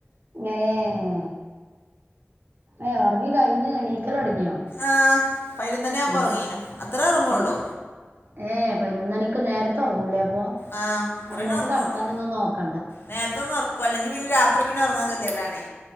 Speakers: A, on the right; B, on the left.
A: ഏഹ് ഏഹ് ഉറങ്ങി കഴിഞ്ഞ് എണീക്കലൊടങ്ങിയോ?
B: ആഹ് പയിനൊന്നു മണി ആവുമ്പോ
A: ഏഹ്
B: ഉറങ്ങീനു അത്രേ ഒറങ്ങൊള്ളൂ.
A: ഏഹ് ഏഹ് പയിനൊന്നണിക്ക് നേരത്തെ ഉറങ്ങൂലേ അപ്പൊ
B: ആ അത്രേന്നെ
A: നമ്മക്ക്
B: ഉറങ്ങുള്ളൂ
A: കിടക്കാനൊന്നും നോക്കണ്ട.
B: നേരത്തെ ഒന്ന് ഒറക്കും അല്ലെങ്കി പിന്നെ രാത്രി പിന്നെ ഒറങ്ങാൻ കതിയിട്ടാണേ.